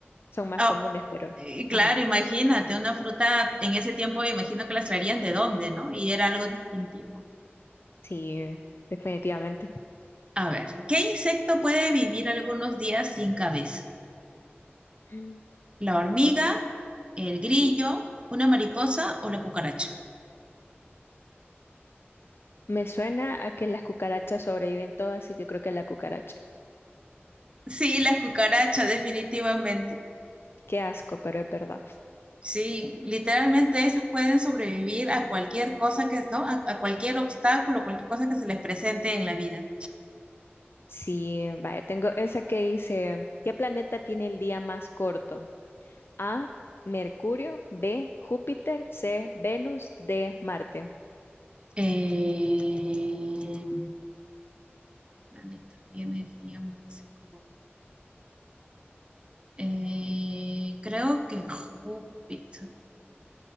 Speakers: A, on the left; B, on the right.
A: son más
B: oh,
A: comunes, pero
B: y claro,
A: ajá,
B: imagínate, una fruta en ese tiempo, imagino que las traerían de dónde, ¿no? Y era algo distintivo.
A: sí, definitivamente.
B: A ver, ¿qué insecto puede vivir algunos días sin cabeza?
A: Mm.
B: ¿La hormiga, el grillo, una mariposa o la cucaracha?
A: Me suena a que las cucarachas sobreviven todas, así que creo que la cucaracha.
B: Sí, la cucaracha, definitivamente.
A: Qué asco, pero es verdad.
B: Sí, literalmente esas pueden sobrevivir a cualquier cosa que, ¿no? A, a cualquier obstáculo, cualquier cosa que se les presente en la vida.
A: Sí, vaya, tengo esa que dice, ¿qué planeta tiene el día más corto? A, Mercurio, B, Júpiter, C, Venus, D, Marte.
B: Eh, la neta tiene el día más corto. Eh, creo que Júpiter.